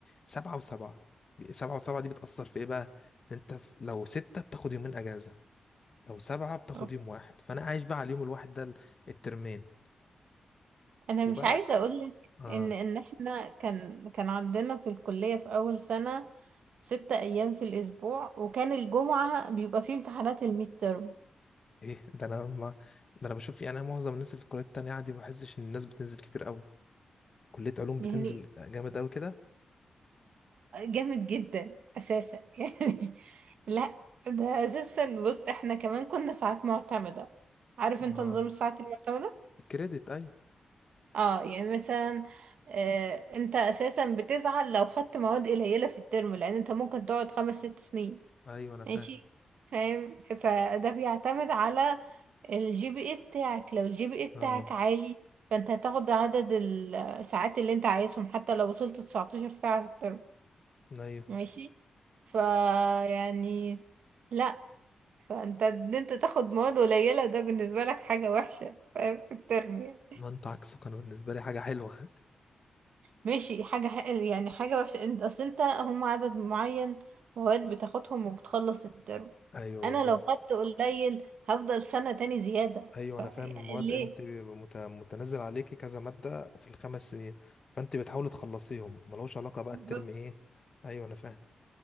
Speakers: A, on the left; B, on the right.
A: سبعة وسبعة سبعة وسبعة دي بتأثر في إيه بقى؟ إن أنت في- لو ستة بتاخد يومين أجازة لو سبعة بتاخد
B: أوكي.
A: يوم واحد فأنا عايش بقى على اليوم الواحد ده الترمين
B: انا
A: وبقى
B: مش عايزة اقول لك
A: اه
B: ان ان احنا كان كان عندنا في الكلية في اول سنة ستة ايام في الاسبوع وكان الجمعة بيبقى فيه امتحانات الميد ترم
A: ايه ده انا ما ده انا بشوف يعني معظم الناس اللي في الكليات التانية عادي ما بحسش ان الناس بتنزل كتير قوي كلية علوم
B: يعني
A: بتنزل جامد قوي كده
B: جامد جدا اساسا <laughs> يعني لا ده اساسا بص احنا كمان كنا ساعات معتمدة عارف انت
A: اه
B: نظام الساعات المعتمدة
A: الكريدت ايوه
B: اه يعني مثلا آه انت اساسا بتزعل لو خدت مواد قليلة في الترم لان انت ممكن تقعد خمس ست سنين
A: ايوه انا فاهم
B: ماشي فاهم فده بيعتمد على الجي بي اي بتاعك لو الجي بي اي بتاعك
A: اه
B: عالي فانت هتاخد عدد الساعات اللي انت عايزهم حتى لو وصلت 19 ساعة في الترم
A: ايوه
B: ماشي فا يعني لا فانت ان انت تاخد مواد قليلة ده بالنسبة لك حاجة وحشة فاهم في الترم يعني
A: ما انت عكسه كان بالنسبة لي حاجة حلوة
B: ماشي حاجة ح- يعني حاجة وحشة انت اصل انت هم عدد معين مواد بتاخدهم وبتخلص الترم
A: <laughs> ايوه
B: انا
A: بالظبط
B: لو خدت قليل هفضل سنة تاني زيادة
A: ايوه
B: يعني
A: انا فاهم المواد
B: ليه
A: انت بيبقى مت- متنازل عليكي كذا مادة في الخمس سنين فانت بتحاولي تخلصيهم ملوش علاقة بقى
B: بالظبط.
A: الترم ايه ايوه انا فاهم